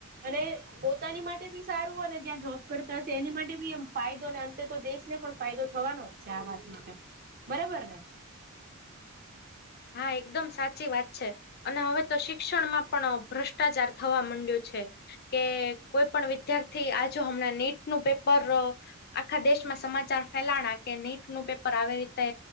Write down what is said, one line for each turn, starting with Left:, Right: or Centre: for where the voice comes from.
Right: અને પોતાની માટે બી સારું અને ત્યાં જોબ કરતા હશે એની માટે બી એમ ફાયદો ને અંતે તો દેશ ને પણ ફાયદો થવાનો ચા વાત માટે બરોબર ને
Left: હા એકદમ સાચી વાત છે. અને હવે તો શિક્ષણમાં પણ ભ્રષ્ટાચાર થવા મંડ્યો છે. કે કોઈ પણ વિદ્યાર્થી આજ હમણાં નીટ નું પેપર આખા દેશમાં સમાચાર ફેલાણા કે નીટ નું પેપર આવી રીતે